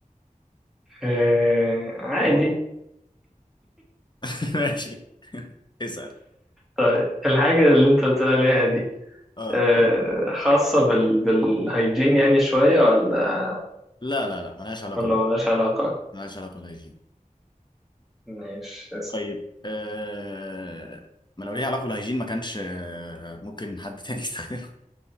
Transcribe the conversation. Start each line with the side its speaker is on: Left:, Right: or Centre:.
Centre: آه، عادي
Left: <laughs> ماشي اسأل
Centre: طيب الحاجة اللي انت بتقول عليها دي
Left: اه
Centre: آه، خاصة بال... بالهيجين يعني شوية ولا
Left: لا لا لا ملهاش علاقة
Centre: ولا ملهاش علاقة
Left: ملهاش علاقة بالهيجين
Centre: ماشي بس
Left: طيب آه... ما لو ليها علاقة بالهيجين ما كانش آه، ممكن حد تاني يستخدمها